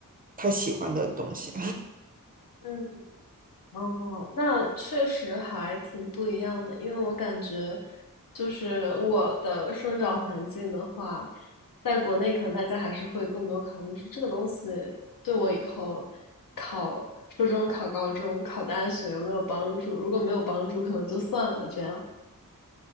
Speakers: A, on the right (about 25°); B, on the left (about 75°).
A: 他喜欢的东西。
B: 嗯。哦，那确实还挺不一样的，因为我感觉，就是我的生长环境的话，在国内可能大家还是会更多考虑说这个东西对我以后考初中、考高中、考大学有没有帮助，如果没有帮助，可能就算了这样。